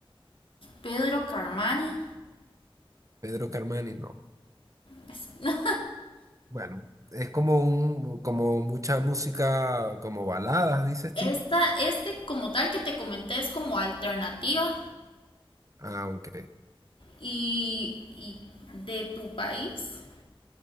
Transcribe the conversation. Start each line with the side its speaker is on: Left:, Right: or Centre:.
Left: Pedro Carmani.
Right: Pedro Carmani, no.
Left: Pues, <laughs> no.
Right: Bueno, es como un, como mucha música, como baladas, dices
Left: Esta,
Right: tú.
Left: este como tal que te comenté es como alternativa
Right: Aunque
Left: y, y de tu país.